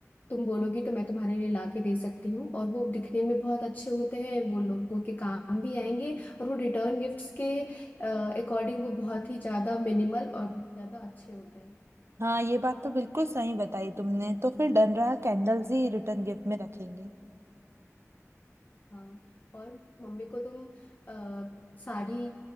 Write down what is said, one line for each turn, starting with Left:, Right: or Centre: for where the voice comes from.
Left: तुम बोलोगी तो मैं तुम्हारे लिए ला के दे सकती हूँ और वो दिखने में बहुत अच्छे होते हैं वो लोगों के काम भी आएंगे और वो रिटर्न गिफ्ट्स के अकॉर्डिंग वो बहुत ही ज्यादा मिनिमल और बहुत ज्यादा अच्छे होते हैं
Right: हाँ ये बात तो बिल्कुल सही बताई तुमने तो फिर डन रहा कैंडल्स ही रिटर्न गिफ्ट में रखेंगे
Left: हाँ और मम्मी को तुम अ, साड़ी